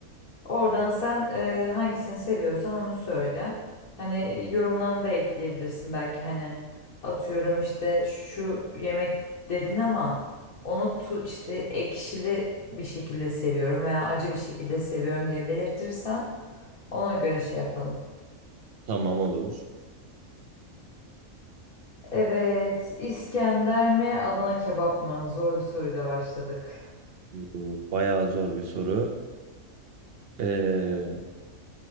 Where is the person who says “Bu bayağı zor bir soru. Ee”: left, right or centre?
Right